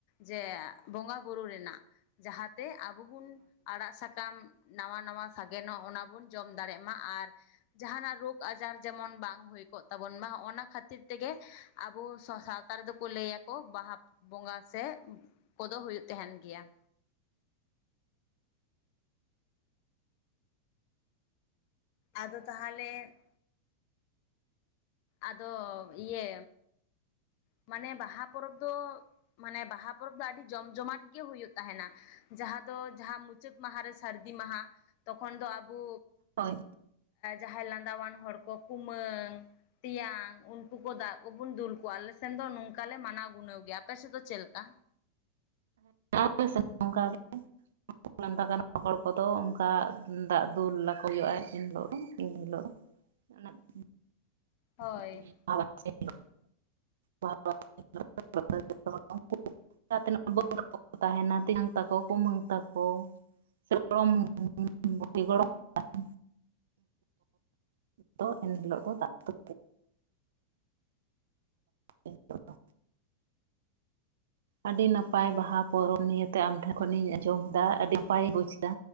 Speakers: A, on the left; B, on the right.
A: ᱡᱮ ᱵᱚᱸᱜᱟ ᱵᱩᱨᱩ ᱨᱮᱱᱟᱜ ᱡᱟᱦᱟᱸᱛᱮ ᱟᱵᱚ ᱵᱚᱱ ᱟᱲᱟᱜ ᱥᱟᱠᱟᱢ ᱱᱟᱣᱟ ᱱᱟᱣᱟ ᱥᱟᱜᱮᱱᱚᱜ ᱚᱱᱟ ᱵᱚᱱ ᱡᱚᱢ ᱫᱟᱲᱮᱜ ᱢᱟ ᱟᱨ ᱡᱟᱦᱟᱱᱟᱜ ᱨᱳᱜᱽ ᱟᱡᱟᱨ ᱡᱮᱢᱚᱱ ᱵᱟᱝ ᱦᱩᱭ ᱠᱚᱜ ᱛᱟᱵᱚᱱ ᱢᱟ ᱚᱱᱟ ᱠᱷᱟᱹᱛᱤᱨ ᱛᱮᱜᱮ ᱟᱵᱚ ᱥᱟᱶᱛᱟ ᱮᱛᱟᱨ ᱨᱮᱫᱚ ᱠᱚ ᱞᱟᱹᱭᱟᱠᱚ ᱵᱟᱦᱟ ᱵᱚᱸᱜᱟ ᱥᱮ ᱠᱚᱫᱚ ᱦᱩᱭᱩᱜ ᱛᱟᱦᱮᱱ ᱜᱮᱭᱟ ᱟᱫᱚ ᱛᱟᱦᱚᱞᱮ ᱟᱫᱚ ᱤᱭᱟᱹ ᱢᱟᱱᱮ ᱵᱟᱦᱟ ᱯᱚᱨᱚᱵᱽ ᱫᱚ ᱢᱟᱱᱮ ᱵᱟᱦᱟ ᱯᱚᱨᱚᱵᱽ ᱫᱚ ᱟᱹᱰᱤ ᱡᱚᱢᱡᱚᱢᱟᱴ ᱜᱮ ᱦᱩᱭᱩᱜ ᱛᱟᱦᱮᱱᱟ ᱡᱟᱦᱟᱸ ᱫᱚ ᱡᱟᱦᱟᱸ ᱢᱩᱪᱟᱹ ᱢᱩᱪᱟᱹᱫ ᱢᱟᱦᱟ ᱨᱮ ᱥᱟᱹᱨᱫᱤ ᱢᱟᱦᱟ ᱛᱚᱠᱷᱚᱱ ᱫᱚ ᱟᱵᱚ
B: ᱦᱳᱭ
A: ᱡᱟᱦᱟᱸᱭ ᱞᱟᱸᱫᱟᱣᱟᱱ ᱦᱚᱲ ᱠᱚ ᱠᱩᱢᱟᱹᱝ ᱛᱮᱭᱟᱝ ᱩᱱᱠᱩ ᱠᱚ ᱫᱟᱜ ᱠᱚᱵᱚᱱ ᱫᱩᱞ ᱠᱚᱣᱟ ᱟᱞᱮᱥᱮᱱ ᱫᱚ ᱱᱚᱝᱠᱟ ᱞᱮ ᱢᱟᱱᱟᱣ ᱜᱩᱱᱟᱹᱣ ᱜᱮᱭᱟ ᱟᱯᱮ ᱥᱮᱫ ᱫᱚ ᱪᱮᱫ ᱠᱟ ᱚᱠᱟ
B: ᱥ <unintelligible> ᱛ ᱜ ᱦᱚᱲ ᱠᱚᱫᱚ ᱚᱱᱠᱟ <unintelligible> ᱫᱟᱜ ᱫᱩᱞᱞᱟᱠᱚ ᱦᱩᱭᱩᱜᱼᱟ ᱮᱱ ᱦᱤᱞᱳᱜ ᱫᱚ ᱮᱱ ᱦᱤᱞᱳᱜ ᱫᱚ ᱚᱱᱟ <unintelligible>
A: ᱦᱳᱭ
B: <unintelligible> ᱛᱮ ᱵᱟᱹᱠᱚ ᱛᱟᱦᱮᱱᱟ <unintelligible> ᱛᱮᱧᱟᱝ ᱛᱟᱠᱚ ᱠᱩᱢᱟᱹᱝ ᱛᱟᱠᱚ ᱥᱮ ᱜᱚᱲᱚᱢ ᱜᱩᱤ ᱜᱚᱲᱚᱢ <unintelligible>
A: ᱟ <unintelligible>
B: ᱫᱚ ᱮᱱᱦᱤᱞᱳᱜ ᱫᱚ ᱫᱟᱜ <unintelligible> <inaudible> ᱟᱹᱰᱤ ᱱᱟᱯᱟᱭ ᱵᱟᱦᱟ ᱯᱚᱨᱚᱵᱽ ᱱᱤᱭᱮᱛᱮ ᱟᱢᱴᱷᱮᱱ ᱠᱷᱚᱱᱤᱧ ᱟᱸᱡᱚᱢᱮᱫᱟ ᱟᱹᱰᱤ ᱱᱟᱯᱟᱭᱤᱧ ᱵᱩᱡ ᱮᱫᱟ